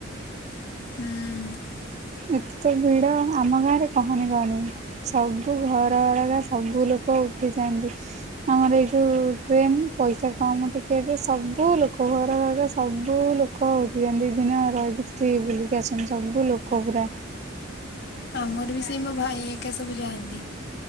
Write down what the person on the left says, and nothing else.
ହୁଁ।
ଆମର ବି ସେଇ ମୋ ଭାଇ ଏକା ସବୁ ଯାଆନ୍ତି